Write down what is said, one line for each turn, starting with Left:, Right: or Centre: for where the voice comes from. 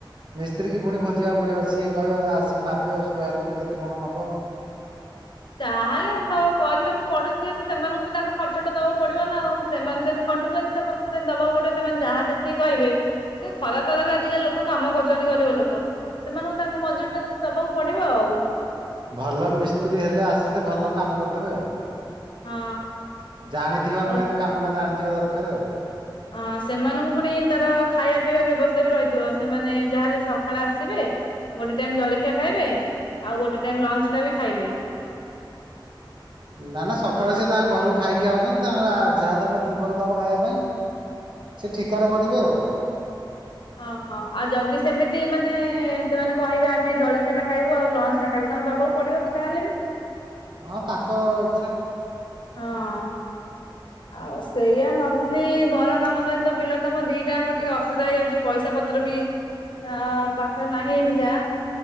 Right: ମିସ୍ତ୍ରୀ କି ପୁଣି ଖୋଜିବାକୁ ପଡ଼ିବ ସିଏ କହିବ ଆସିକି ମାପିବ ସ୍କୋୟାର ଫୁଟ୍ କେତେ କଣ ନବ।
Left: ତାହେଲେ ସ କରିବାକୁ ପଡୁଚି ଯେହେତୁ ସେମାନଙ୍କୁ ବି ତାଙ୍କ ଖର୍ଚ୍ଚଟା ଦବାକୁ ପଡିବ ନା ଆଉ। ସେମାନେ ସେମିତି ଖଟୁଚନ୍ତି ସେମାନ ଦବାକୁ ପଡିବ ସେମାନେ ଯାହା ଯେତିକି କହିବେ ସେ ଖରା ତରାରେ ଆଜିକାଲି ଲୋକ କାମ କରୁଚନ୍ତି ଗରିବ ଲୋକ। ସେମାନଙ୍କୁ ତାଙ୍କ ମଜୁର ଟା ତାଙ୍କୁ ଦବାକୁ ପଡିବ ଆଉ।
Right: ଭଲ ମିସ୍ତ୍ରୀ ହେଲେ ଆସିଲେ ଭଲ କାମ କରିଦେବେ ଆଉ।
Left: ହଁ
Right: ଜାଣିଥିବା
Left: ଆଉ
Right: ମେନ କାମ ଟା ଜାଣିଥିବା ଦରକାର ଆଉ
Left: ଅଁ ସେମାନଙ୍କୁ ପୁଣି ତାର ଖାଇବା ପିଇବା ବ୍ୟବସ୍ଥା ବି ରହିଥିବ ସେମାନେ ଯାହାହେଲେ ସକାଳେ ଆସିବେ ଗୋଟେ ଟାଇମ ଜଳଖିଆ ଖାଇବେ ଆଉ ଗୋଟେ ଟାଇମ ଲଞ୍ଚ ଟା ବି ଖାଇବେ
Right: ନା ନା ସକାଳୁ ସିଏ ତାଙ୍କ ଘରକୁ ଖାଇକି ଆସିଛନ୍ତି ତାଙ୍କର ଯାହା ତମେ ଦିପହରେ ଦବ ଖାଇବା ପାଇଁ ସେ ଠିକାରେ କରିବେ ଆଉ
Left: ଓହୋ ଆଉ ଯଦି ସେମିତି ମାନେ ସେମାନେ କହିବେ ଆମେ ଜଳଖିଆ ଟା ଖାଇବୁ ଆଉ ଲଞ୍ଚ ଖାଇକୁ ତମକୁ ଦବାକୁ ପଡିବ ତ ଯାହା ହେଲେବି
Right: ହଁ ତାଙ୍କ ଇଚ୍ଛା
Left: ହଁ
Right: ହ
Left: ଆଉ ସେଇଆ ଭାବୁଥିଲି ଘର କାମ ସହିତ ବିଲ କାମ ଦିଟାଙ୍କର ଟିକେ ଅସୁବିଧା ହେଇଯାଉଛି ପଇସା ପତ୍ର ବି ହଁ ପାଖରେ ନାହିଁ ଏନିକା